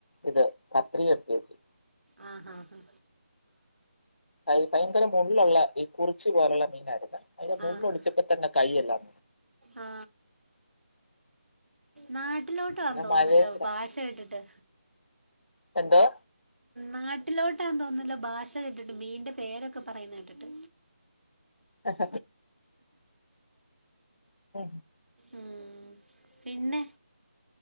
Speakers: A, on the left (about 80°); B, on the right (about 80°).
A: ഇത് കത്രി എടുത്തി വെച്ചു
B: ആ ആഹ്
A: കൈ ഭയങ്കര മള്ുള്ള ഈ കുറിച്ചു പോലുള്ള മീനായിരുന്നു അതിന്റെ
B: ആഹാ
A: മള്ൊടിച്ചപ്പോ തന്നെ കൈ എല്ലാം
B: ആ നാട്ടിലോട്ട് വന്ന
A: പിന്നെ
B: തോന്നുന്നല്ലോ
A: മഴയും കൂടെ
B: ഭാഷ കേട്ടിട്ട്
A: എന്തോ
B: നാട്ടിലോട്ട് ട്ടാൻ തോന്നില്ല ഭാഷ കേെട്ടിട്ട് മീന്റെ പേരൊക്കെ പറയുന്ന കേട്ടിട്ട്
A: ആഹ ആ
B: മ് പിന്നെ